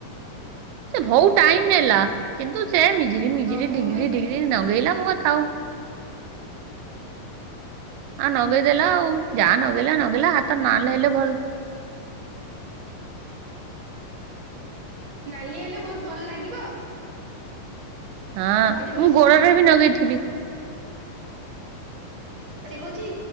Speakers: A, on the right; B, on the right.
A: ସେ ଭୋଉତ ଟାଇମ ନେଲା କିନ୍ତୁ ସେ ମିଜିରି ମିଜିରି
B: ମୁଁ
A: ଡିଗିରି
B: ବି
A: ଡିଗିରି ନଗେଇଲା ମୁଁ କହିଲି ଥାଉ। ହଁ ନଗେଇଦେଲା ଆଉ ଯାହା ନଗେଇଲା ନଗେଇଲା ହାତ ନାଲ ହେଲେ ଭଲ
B: ନାଲି ହେଲେ ବୋହୁତ ଭଲ ଲାଗିବ।
A: ହଁ
B: ଯୋଉ ମୋ
A: ମୁଁ
B: ସ୍କୁଲ
A: ଗୋଡଟରେ
B: ସାଙ୍ଗଟା
A: ବି ନଗେଇଥିଲି।
B: ସେ କହୁଛି